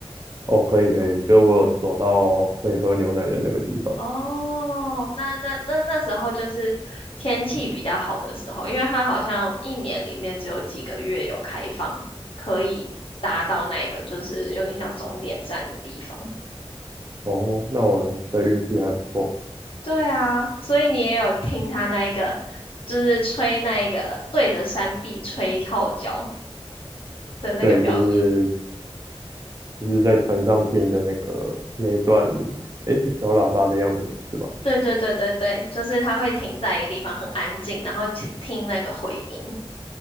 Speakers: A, on the right (about 35°); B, on the left (about 60°).
A: 哦，可以可以，就我有走到可以喝牛奶的那个地方。
B: 哦，那那那那时候就是天气比较好的时候，因为它好像一年里面只有几个月有开放，可以达到那个就是有点像终点站的地方。
A: 哦，那我的运气还不错。
B: 对啊，所以你也有听他那一个，就是吹那一个对着山壁吹号角的那个表演。
A: 对，就是就是在船上听的那个那一段，诶，是小喇叭的样子吧？是吧？
B: 对对对对对，就是他会停在一个地方很安静，然后听听那个回音。